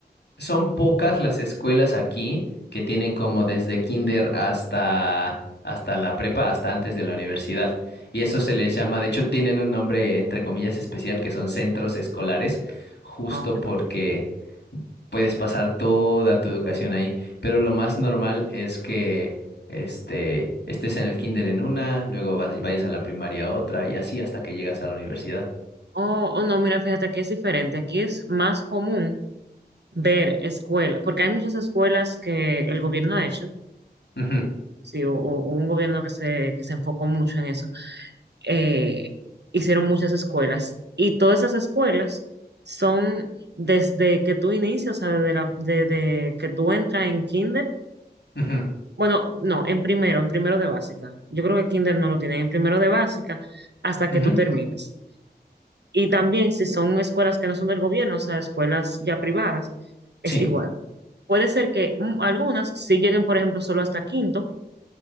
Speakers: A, on the left; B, on the right.
A: son pocas las escuelas aquí que tienen como desde kinder hasta, hasta la prepa, hasta antes de la universidad. Y eso se les llama, de hecho, tienen un nombre entre comillas especial que son centros escolares, justo
B: Ah, ok.
A: porque puedes pasar toda tu educación ahí. Pero lo más normal es que este, estés en el kinder en una, luego vas- vayas a la primaria a otra y así hasta que llegas a la universidad.
B: Oh, oh, no, mira, fíjate, aquí es diferente, aquí es más común ver escuelas, porque hay muchas escuelas que el gobierno ha hecho,
A: Ujú,
B: sí, o, o hubo un gobierno que se, que se enfocó mucho en eso, eh, hicieron muchas escuelas y todas esas escuelas son desde que tú inicias, o sea, desde, la- desde que tú entras en kinder,
A: ujú,
B: bueno, no, en primero, en primero de básica, yo creo que kinder no lo tienen, en primero de básica hasta que
A: ujú,
B: tú terminas. Y también si son escuelas que no son del gobierno, o sea, escuelas ya privadas, es
A: Sí.
B: igual. Puede ser que mm, algunas sí lleguen, por ejemplo, solo hasta quinto,